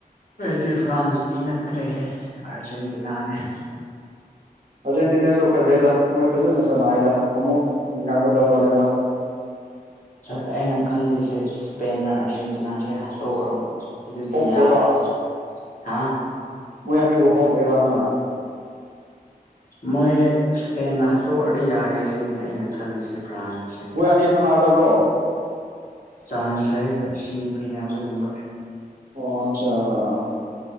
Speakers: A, on the left; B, on the right.
A: ꯑꯩꯗꯤ ꯐ꯭ꯔꯥꯟꯁꯇꯤ ꯅꯠꯇ꯭ꯔꯦ ꯍꯦ ꯑꯥꯔꯖꯦꯟꯇꯤꯅꯥꯅꯦ
B: ꯑꯥꯔꯖꯦꯟꯇꯤꯅꯥꯖꯨ ꯐꯖꯩꯗ ꯃꯣꯏ ꯐꯖꯅ ꯁꯥꯟꯅꯏꯗ ꯑꯃꯨꯛ ꯉꯝꯒꯗꯧ ꯃꯜꯂꯦ ꯃꯣꯏ
A: ꯁꯦ ꯑꯩꯅ ꯈꯜꯂꯤꯁꯦ ꯏꯁꯄꯦꯟꯅ ꯑꯥꯔꯖꯦꯟꯇꯤꯅꯥꯁꯦ ꯍꯥꯠꯇꯣꯛꯑꯕ ꯑꯗꯨꯗꯤ
B: ꯍꯣꯞ
A: ꯌꯥꯔꯦ
B: ꯂꯩꯕ
A: ꯍꯥ
B: ꯃꯣꯏ ꯑꯅꯤꯕꯨ ꯍꯣꯞ ꯂꯩꯕ ꯅꯪꯅ
A: ꯃꯣꯏ ꯏꯁꯄꯦꯟꯅ ꯍꯥꯠꯇꯣꯛꯑꯗꯤ ꯌꯥꯔꯦ ꯁꯤꯅꯤ ꯑꯩꯅ ꯈꯜꯂꯤꯁꯦ ꯐ꯭ꯔꯥꯟꯁꯁꯦ
B: ꯃꯣꯏ ꯑꯅꯤ ꯁꯥꯟꯅꯒꯗꯧꯕ꯭ꯔꯣ
A: ꯆꯥꯟꯁ ꯂꯩꯌꯦ ꯁꯤꯃꯤ ꯐꯥꯏꯅꯦꯜ ꯑꯗꯨꯒꯨꯝꯕ
B: ꯑꯣ ꯑꯠꯆꯥꯥ